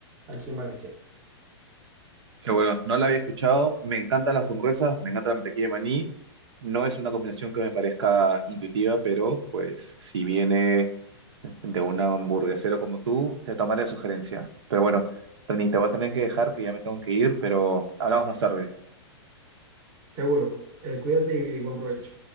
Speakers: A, on the right; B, on the right.
A: aquí en Valencia.
B: Qué bueno, no la había escuchado. Me encantan las hamburguesas, me encanta la mantequilla de maní. No es una combinación que me parezca intuitiva, pero pues si viene de un hamburguesero como tú, te tomaré la sugerencia. Pero bueno, Reni, te voy a tener que dejar que ya me tengo que ir, pero hablamos más tarde.
A: Seguro. Eh, cuídate y buen provecho.